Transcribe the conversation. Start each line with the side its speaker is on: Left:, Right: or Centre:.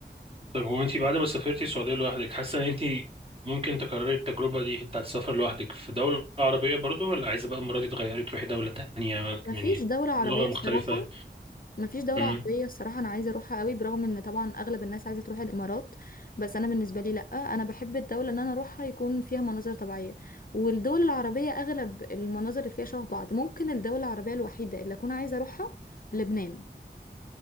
Right: طب هو انت بعد ما سافرتي السعودية لوحدك حاسة ان انت ممكن تكرري التجربة دي بتاعت السفر لوحدك في دولة عربية برضو ولا عايزة بقى المرة دي تغيري تروحي دولة تانية
Left: مفيش
Right: يعني
Left: دولة عربية
Right: لغة مختلفة
Left: الصراحة مفيش دولة
Right: امم
Left: عربية الصراحة أنا عايزة أروحها قوي برغم إن طبعا أغلب الناس عايزة تروح الإمارات بس أنا بالنسبة لي لأ أنا بحب الدولة إن أنا أروحها يكون فيها مناظر طبيعية والدول العربية أغلب المناظر اللي فيها شبه بعض ممكن الدولة العربية الوحيدة اللي أكون عايزة أروحها لبنان